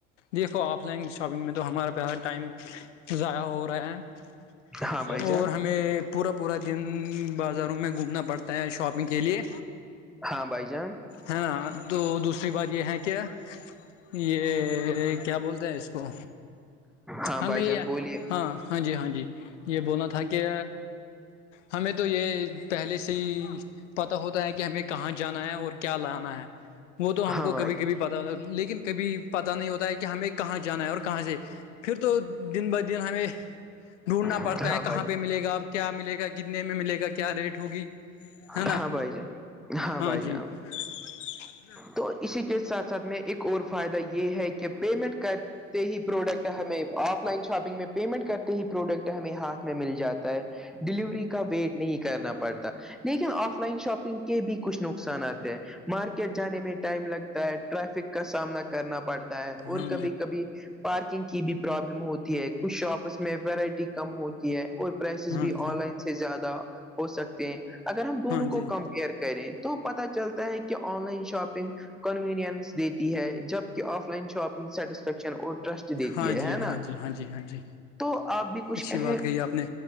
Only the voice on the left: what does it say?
دیکھو آف لائن شاپنگ میں تو ہمارا پیسا ٹائم ضائع ہو رہا ہیں
اور
ہمیں پورا پورا دن بازاروں میں گھومنا پڑتا ہے شاپنگ کے لیے
ہے تو دوسری بات یہ ہے کہ یہ کیا بولتے ہیں اس کو
ہمیں
یہ
ہاں ہاں جی ہاں جی یہ بولنا تھا کہ ہمیں تو یہ پہلے سے ہی پتہ ہوتا ہے کہ ہمیں کہاں جانا ہے اور کیا لانا ہے وہ تو ہم
کو کبھی کبھی پ لیکن کبھی پتا نہیں ہوتا ہے کہ ہمیں کہاں جانا ہے اور کہاں سے پھر تو دن بہ دن ہمیں ڈھونڈنا
پڑتا
ہے کہاں
پہ ملے گا اب کیا ملے گا کتنے میں ملے گا کیا ریٹ ہوگی ہے نا
ہاں
جی
ہاں
ہاں
ہاں
جی
ہاں جی
ہاں جی
ہاں جی
ہاں جی ہاں جی ہاں جی
اچھی
بات کہی آپ نے